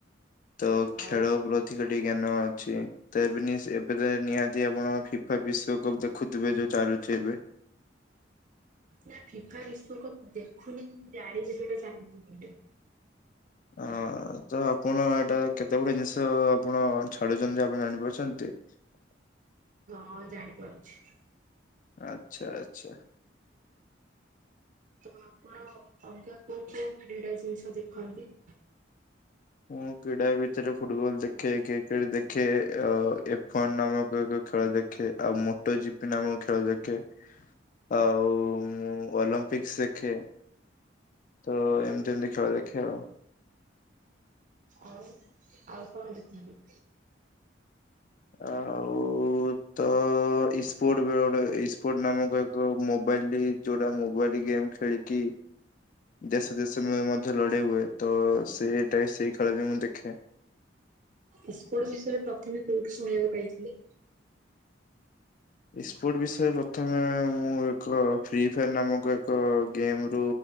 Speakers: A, on the left; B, on the right.
A: ତ ଖେଳ
B: ଆଉ
A: ପ୍ରତି ଟିକେ ଜ୍ଞାନ ଅଛି ତଏବେ ନିଆସି ଏବେତ ନିହାତି ଆପଣ ଫିଫା ବିଶ୍ବକପ୍ ଦେଖିଥିବେ ଯୋଉ ଚାଲୁଚି ଏବେ?
B: ନା ଫିଫା ବିଶ୍ୱକପ୍ ଦେଖୁନି କିନ୍ତୁ ଜାଣିଚି ସେଇଟା ଚାଲିଚି ବୋଲି।
A: ହଁ। ତ ଆପଣ ଏଇଟା କେତେ ବଡ଼ ଜିନିଷ ଆପଣ ଛାଡ଼ୁଚନ୍ତି ଆପଣ ଜାଣିପାରୁଚନ୍ତି?
B: ହଁ ଜାଣିପାରୁଛି।
A: ଆଚ୍ଛା ଆଚ୍ଛା।
B: ତ ଆପଣ ଅଲଗା କୋଉ କୋଉ କ୍ରୀଡ଼ା ଜିନିଷ ଦେଖନ୍ତି?
A: ମୁଁ କ୍ରୀଡ଼ା ଭିତରେ ଫୁଟବଲ୍ ଦେଖେ କ୍ରିକେଟ୍ ଦେଖେ ଏଫନ୍ ନାମକ ଏକ ଖେଳ ଦେ ଖେ ଆଉ ମୋଟ ଜିପିିନାମ ଖେଳ ଦେଖେ। ଆଉ ମୁଁ ଅଲମ୍ପିକ୍ସ ଦେଖେ। ତ ଏମିତି ଏମିତି ଖେଳ ଦେଖେ ଆଉ।
B: ଆଉ? ଆଉ କଣ ଦେଖୁଚନ୍ତି?
A: ଆଉ ତ ଅଁ ଇସ୍ପୋର୍ଟବେ ଗୋଟେ ଇସ୍ପୋର୍ଟ ନାମକ ଏକ ମୋବାଇଲ୍ ଯୋଉଟା ମୋବାଇଲ୍ ଗେମ୍ ଖେଳି କି ଦେଶ ଦେଶ ମୟ ମଧ୍ୟ ଲଢେଇ ହୁଏ ତ ସେଇଟା ସେଇ ଖେଳବି ମୁଁ ଦେଖେ।
B: ଇସ୍ପୋର୍ଟ ବିଷୟରେ ପ୍ରଥମେ କୋଉଠୁ ଶୁଣିବାକୁ ପାଇଥିଲେ?
A: ଇସ୍ପୋର୍ଟ ବିଷୟରେ ପ୍ରଥମେ ମୁଁ ଏକ ଫ୍ରି ଫାୟାର୍ ନାମକ ଏକ ଗେମ୍ ରୁ